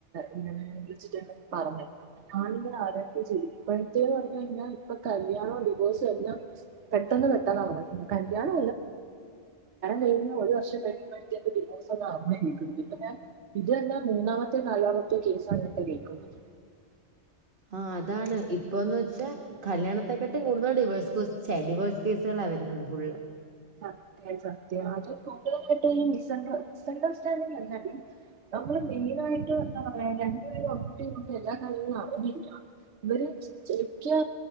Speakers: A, on the right (about 75°); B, on the right (about 50°).
A: ഇപ്പൊ വിളിച്ചിട്ടാ പറഞ്ഞ് ആരൊക്കെ എന്തൊക്കെ പറഞ്ഞാലും കല്യാണം ഡിവോസും ഒക്കെ പെട്ടന്ന് പെട്ടന്ന് നടക്കുന്നത് കല്യാണം കയിഞ്ഞ് ഒര് വർഷം ആവുമ്പോഴേക്കും ഡിവോസും ആയി അമ്മയും ഞാനും ഇത് തന്നെ മൂന്നാമത്തോ നാലാമത്തെയോ കേസാണ് ഇപ്പോ കേൾക്കുന്നത്
B: ആഹ് അതാണ് ഇപ്പോന്ന് വെച്ചാ കല്യാണത്തെക്കാട്ടും കൂടുതൽ ഡിവേഴ്സ്സ് കൊച്ചെ ഡിവേഴ്സ് കേസേളാ വെരുന്നത് ഫുള്ള്
A: സത്യം സത്യം അത് കൂടുതലായിട്ട് ഈ മിസ് മിസ്ണ്ടർസ്റ്റാൻഡിങ് എന്നാടി നമ്മള് മെയിനായിട്ട് എന്താ പറയാ രണ്ടു പേരും അങ്ങോട്ടും ഇങ്ങോട്ടും എല്ലാ കാര്യങ്ങളും അറിഞ്ഞിരിക്കണം ഇവര് <unintelligible> തെറ്റിയാ